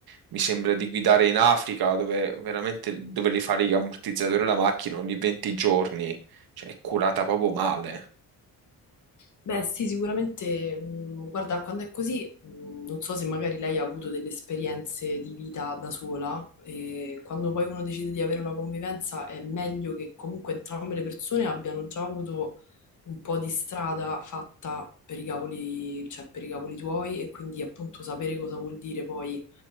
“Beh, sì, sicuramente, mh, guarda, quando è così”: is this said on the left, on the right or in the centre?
Left